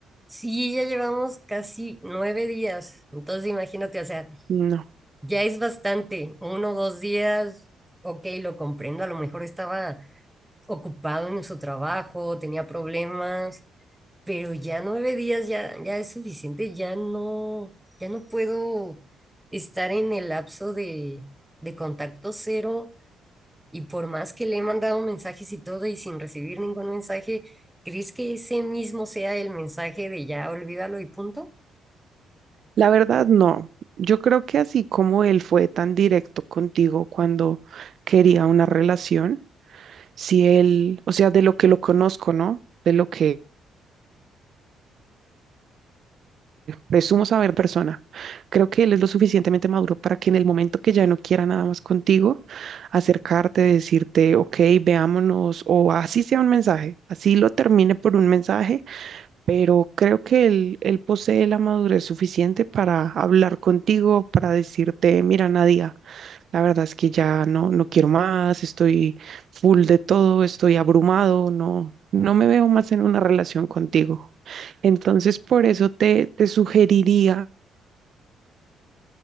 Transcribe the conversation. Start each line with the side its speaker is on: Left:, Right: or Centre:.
Centre: Sí, ya llevamos casi nueve días, entonces imagínate, o sea,
Right: No.
Centre: Ya es bastante, uno o dos días, ok, lo comprendo, a lo mejor estaba ocupado en su trabajo, tenía problemas, pero ya nueve días ya, ya es suficiente, ya no, ya no puedo estar en el lapso de, de contacto cero y por más que le he mandado mensajes y todo y sin recibir ningún mensaje, ¿crees que ese mismo sea el mensaje de ya olvídalo y punto?
Right: La verdad, no. Yo creo que así como él fue tan directo contigo cuando quería una relación, si él, o sea, de lo que lo conozco, ¿no? De lo que presumo saber persona, creo que él es lo suficientemente maduro para que en el momento que ya no quiera nada más contigo, acercarte, decirte, ok, veámonos, o así sea un mensaje, así lo termine por un mensaje pero creo que él, él posee la madurez suficiente para hablar contigo, para decirte, mira, Nadia, la verdad es que ya no, no quiero más, estoy full de todo, estoy abrumado, no, no me veo más en una relación contigo. Entonces, por eso te, te sugeriría